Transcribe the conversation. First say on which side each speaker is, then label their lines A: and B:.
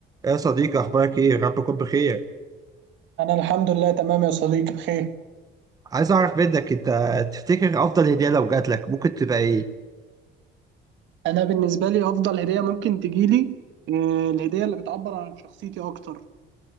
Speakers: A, on the right (about 20°); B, on the right (about 65°).
A: يا صديقي اخبارك ايه رب يكون بخير
B: انا الحمد لله تمام يا صديقي بخير
A: عايز اعرف منك انت تفتكر افضل هديه لو جات لك ممكن تبقى ايه
B: انا بالنسبه لي افضل هديه ممكن تجيلي آه، الهديه اللي بتعبر عن شخصيتي اكتر